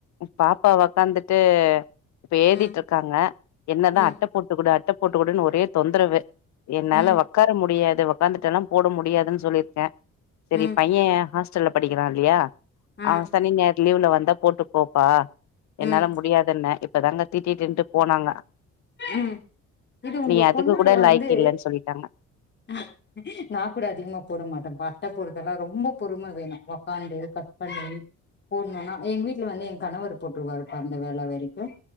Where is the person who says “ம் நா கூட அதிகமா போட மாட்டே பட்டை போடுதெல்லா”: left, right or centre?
Left